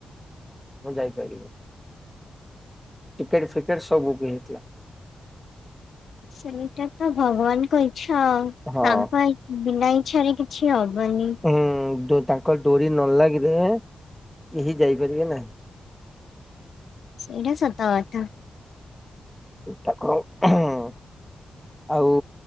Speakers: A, in the centre; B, on the left (about 70°).
A: ମୁଁ ଯାଇପାରିଲିନି। ଟିକେଟ ଫିକେଟ ସବୁ ବୁକ ହେଇଥିଲା।
B: ସେଇଟା ତ ଭଗବାନଙ୍କ ଇଚ୍ଛା ଆଉ,
A: ହଁ
B: ତାଙ୍କ ବିନା ଇଚ୍ଛାରେ ଅଛି ହବନି।
A: ହୁଁ ତାଙ୍କ ଡୋରି ନଲାଗିଲେ କେହି ଯାଇପାରିବେ ନାହିଁ।
B: ସେଇଟା ସତ କଥା।
A: ଠାକୁରଙ୍କୁ ଆଉ